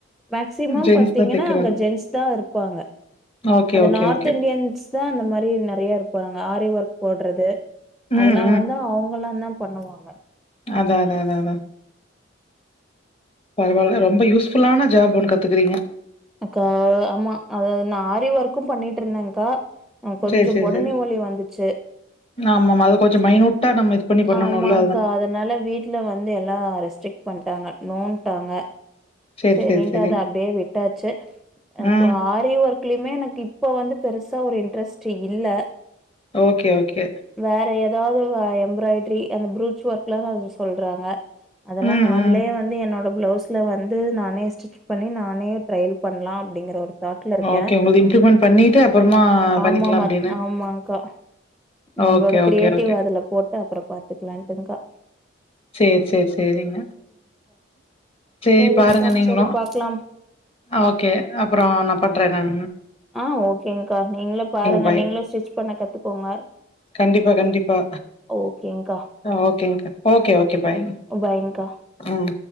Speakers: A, in the centre; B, on the left (about 30°).
A: மேக்சிமம்
B: ஜென்ஸ்
A: பாத்தீங்கன்னா
B: தா தெக்கிறாங்க
A: அங்க ஜென்ஸ் தான் இருப்பாங்க
B: ஓகே
A: அது
B: ஓகே
A: நார்த்
B: ஓகே
A: இண்டியன்ஸ் தான் அந்த மாதிரி நெறய இருப்பாங்க ஆரி ஒர்க் போடுறது
B: ம்
A: அதெல்லா வந்து அவுங்களாம் தான் பண்ணுவாங்க
B: அதான் அதான் அதான் பரவால்ல ரொம்ப யூஸ்ஃபுல்லான ஜாப் ஒண்ணு கத்துக்றீங்க
A: அக்கா ஆமா அத நான் ஆரி ஒர்க்கும் பண்ணிட்டு இருந்தேன்கா ஆ கொஞ்சம்
B: சேரி சேரி
A: பொடனி
B: சேரி
A: வலி வந்துச்சு
B: ஆமாமா அது கொஞ்சோ மைனூட்டா நம்ம இது பண்ணி பண்ணணுல்ல
A: ஆமாங்கா அதனால வீட்ல வந்து எல்லா ரெஸ்ட்ரிக்ட் பண்ணிட்டாங்க நோன்ட்டாங்க
B: சேரி
A: சரின்ட்டு
B: சேரி சேரி
A: அத அப்டியே விட்டாச்சு இப்ப
B: ம்
A: ஆரி ஒர்க்லயுமே எனக்கு இப்ப வந்து பெருசா ஒரு இன்ட்ரெஸ்ட் இல்ல
B: ஓகே ஓகே
A: வேற ஏதாவது எம்ப்ராய்டரி அந்த ப்ரூச் ஒர்க் எல்லா சொல்றாங்க அதெல்லா
B: ம்
A: நாமளே
B: ம்
A: வந்து என்னோட பிளவுஸ்ல வந்து நானே ஸ்டிச் பண்ணி நானே ட்ரரைல் பண்லா அப்படிங்கற ஒரு தாட்ல இருக்கே
B: ஓகே உங்களது இம்ப்ளிமெண்ட் பண்ணிட்டு அப்புறமா
A: ஆமா
B: பண்ணிக்கலா அப்டின்னு
A: ஆமாங்கா நம்மளோட
B: ஓகே
A: கிரியேட்டிவ்
B: ஓகே ஓகே
A: அதுல போட்டு அப்புறம் பாத்துக்கலான்ட்டு்கா
B: செரி செரி சேரிங்க சரி
A: சரிங்க்கா
B: பாருங்க நீங்களும்
A: சரி பாக்கலாம்.
B: ஓகே அப்புறம் நான் பண்றேங்க
A: ஆ ஓகேங்க்கா நீங்கள பாருங்க
B: பாய்
A: நீங்களு ஸ்டிச் பண்ண கத்துக்கோங்க
B: கண்டிப்பா கண்டிப்பா
A: ஓகேங்க்கா.
B: ஓகேங்கா ஓ கே ஓகே பாய்
A: பாய்ங்க்கா.
B: ம்